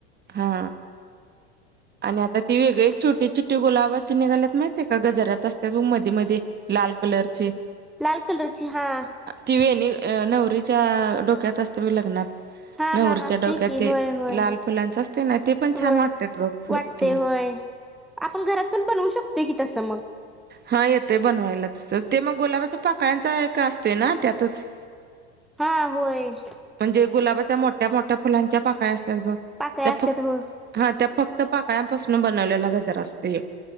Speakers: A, on the right (about 30°); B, in the centre.
A: हा आणि आता ती वेगळी छोटी छोटी गुलाबाची निघाल्यात माहितीय का, गजार्यात असतात बघ मध्ये मध्ये लाल कलरची
B: लाल कलरची हां.
A: ती वेणी नवरीच्या डोक्यात असते बघ लग्नात
B: हा
A: नवरीच्या
B: हा असते
A: डोक्यात
B: की
A: ते
B: होय होय
A: लाल फुलांच असतय ना, ते पण
B: होय
A: छान वाटतात बघ फु
B: वाटते
A: ते
B: <unintelligible> आपण घरात पण बनवू शकतोय की तस मग?
A: हा, येतय बनवायला तस, ते मग गुलाबाच्या पाकळ्यांचा एक असतोय ना त्यातच
B: हा, होय.
A: म्हणजे गुलाबाच्या मोठ्या मोठ्या फुलांच्या पाकळ्या असतात बघ,
B: पाकळ्या
A: त्या
B: असतात
A: फक्त
B: हो
A: ह त्या फक्त पाकळ्यांपासून बनवलेला गजरा असतोय एक